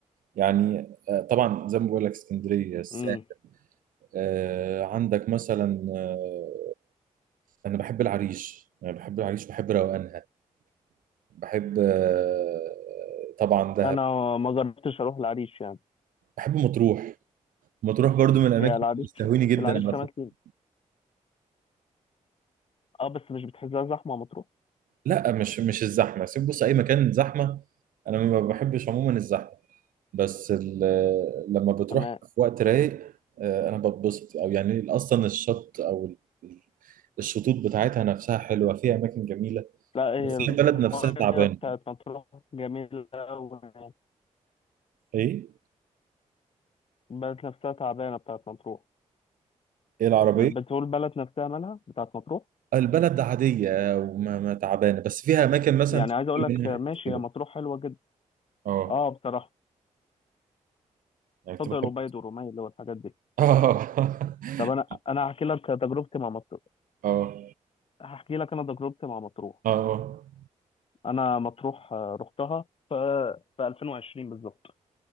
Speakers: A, on the right; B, on the left.
A: يعني آه، طبعا زي ما بقول لك اسكندريه الساحل
B: امم
A: آه، عندك مثلا آه، انا بحب العريش انا بحب العريش بحب روقانها بحب آه، طبعا دهب
B: انا ما جربتش اروح العريش يعني
A: بحب مطروح مطروح برضو من الاماكن
B: هي
A: اللي
B: العريش
A: بتستهويني جدا
B: العريش
A: على
B: شمال
A: فكره
B: سيناء اه بس مش بتحسها زحمه مطروح
A: لا مش مش الزحمه سيب بص اي مكان زحمه انا ما بحبش عموما الزحمه بس ال- لما بتروح
B: تمام
A: في وقت رايق آه، انا بتبسط او يعني اصلا الشط او ال- الشطوط بتاعتها نفسها حلوه فيها اماكن جميله
B: لا هي
A: بس
B: الميه
A: هي البلد نفسها تعبانه
B: بتاعت مطروح جميله أوي. يعني.
A: ايه
B: البلد نفسها تعبانه بتاعت مطروح
A: ايه العربيه
B: البترول البلد نفسها مالها بتاعت مطروح
A: البلد عادية وما ما تعبانة بس فيها أماكن مثلا
B: يعني
A: تاكل
B: عايز اقول لك
A: منها
B: ماشي
A: حاجات كده
B: هي مطروح حلوه جدا
A: اه
B: اه بصراحه
A: يعني كنت
B: شاطئ الأبيض
A: بحب
B: والرومية اللي هو الحاجات دي
A: اه
B: طب
A: <laughs>
B: انا انا هحكي لك تجربتي مع مطروح
A: اه
B: هحكي لك انا تجربتي مع مطروح
A: اه
B: انا مطروح آه، رحتها في في 2020 بالظبط